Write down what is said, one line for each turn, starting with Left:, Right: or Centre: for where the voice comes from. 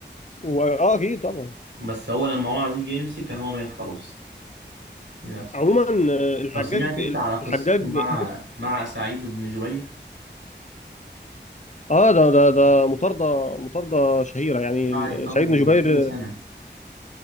Left: و- اه اكيد طبعا
Right: بس هو لما عمر العزيز جه يمسك كان هو مات خلاص للاسف
Left: عموما آه، الحجاج
Right: طب سمعت انت على قصته
Left: الحجاج
Right: مع
Left: بص
Right: مع سعيد بن جبير
Left: اه ده ده ده مطارده مطارده شهيره يعني
Right: قعد يطرده
Left: سعيد بن جبير
Right: كذا سنة